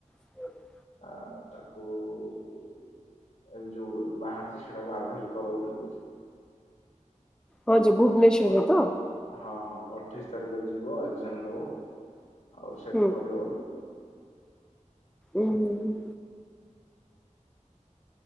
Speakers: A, in the centre; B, on the left.
A: <inaudible>
B: ଆ ତାକୁଉ-ଉ-ଉ ଏ ଯୋଉ ବାହାରିଛି ଆଧଲ କର ବୋଲି କହୁ
A: ହଁ ଯେ ଭୁବନେଶ୍ୱର୍
B: ଅ
A: ତ।
B: ହଁ -ହଁ ଅଠେଇଶି ତାରିଖ ଯିବ ଏକ୍ଜାମ୍ ଦବ ଆଉ ସେଟ୍
A: ହୁଁ
B: କରିବ ବୋଲି।
A: ଉୁଁ -ହୁଁ -ହୁଁ।